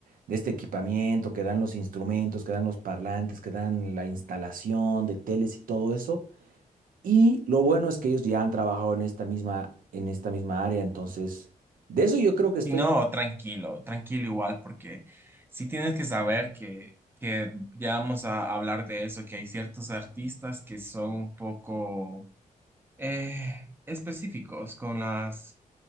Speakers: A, on the right; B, on the right.
A: de este equipamiento, que dan los instrumentos, que dan los parlantes, que dan la instalación de teles y todo eso. Y lo bueno es que ellos ya han trabajado en esta misma, en esta misma área, entonces, de eso yo creo que estoy,
B: Y no, tranquilo, tranquilo igual, porque sí tienes que saber que, que ya vamos a hablar de eso, que hay ciertos artistas que son un poco eh, específicos con las,